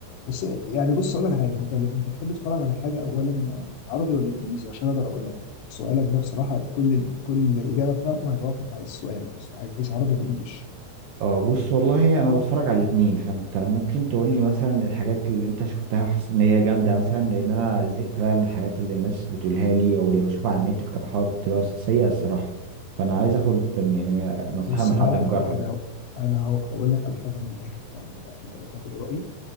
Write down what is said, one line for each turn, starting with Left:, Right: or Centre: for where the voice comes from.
Left: بس يعني بص اقول لك على حاجه انت انت تحب تتفرج على حاجه اولا عربي ولا انجليزي عشان اقدر اقول لك سؤالك ده بصراحه كل كل اجابه بتاعته هيتوقف على السؤال نفسه عايز عربي ولا انجليش
Right: اه بص والله انا بتفرج على الاتنين فانت ممكن تقول لي مثلا الحاجات اللي انت شفتها وحسيت ان هي جامده مثلا لان انا زهقت بقى من الحاجات اللي الناس بتقولها لي او اللي بشوفها على النت اقتراحات بتبقى سيئه الصراحه فانا عايز اخد يعني نصيحه
Left: بص
Right: من حد
Left: بقى
Right: مجرب
Left: هو انا هو انا هو هقول لك على حاجه من الاخر فعلا بقى انت لو تاخد رايي